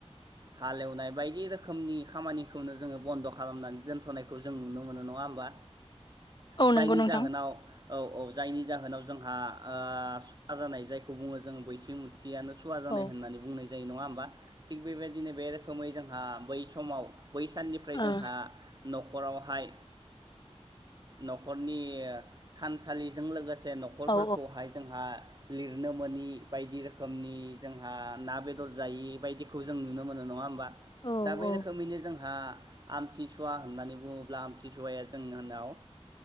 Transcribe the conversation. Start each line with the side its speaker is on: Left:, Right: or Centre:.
Right: हालेवनाय बायदि रोखोमनि खामानि खौनो जोङो बन्द' खालामनानै दोन्थ'नायखौ जों नुनो मोनो नङा होमबा।
Left: औ
Right: जायनि
Left: नंगौ नोंथां
Right: जाहोनाव औ औ जायनि जाहोनाव जोंहा सुवा जानाय जायखौ बुङो जों बैसो मुथि यानो सुवा जानाय
Left: औ
Right: होननानै बुंनाय जायो नङा होमबा थिग बेबायदिनो बे रोखोमै जोंहा बै समाव बै साननिफ्राय जोंहा
Left: ओ
Right: न'खरावहाय न'खरनि थानसालिजों लोगोसे न'खरफोरखौहाय
Left: औ
Right: जोंहा लिरनो मोनोनि बायदि रोखोमनि जोंहा ना बेदर जायि बायदिखौ जों नुनो मोनो नङा होमबा
Left: औ
Right: दा बे
Left: औ
Right: रोखोमैनो जों हा आमथिसुवा होननानै बुङोब्ला आमथिसुवाया जोंनि होननाव